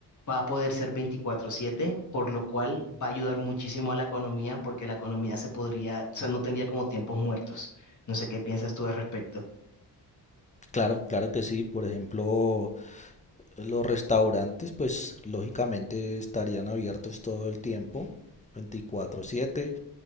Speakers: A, on the left (about 45°); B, on the left (about 15°).
A: va a poder ser veinticuatro siete por lo cual va a ayudar muchísimo a la economía, porque la economía se podría, o sea, no tendría como tiempos muertos. No sé qué piensas tú al respecto.
B: Claro, claro que sí. Por ejemplo, los restaurantes, pues lógicamente estarían abiertos todo el tiempo, 24/7.